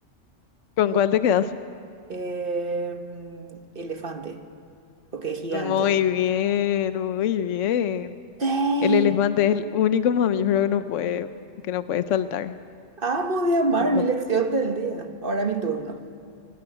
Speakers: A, on the left (about 75°); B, on the right (about 45°).
A: ¿con cuál te quedas?
B: Em, elefante, porque es gigante.
A: Muy bien, muy bien.
B: ¡Sí!
A: El elefante es el único mamífero que no puede, que no puede saltar.
B: Amo de amar
A: No,
B: mi lección del día. Ahora mi turno.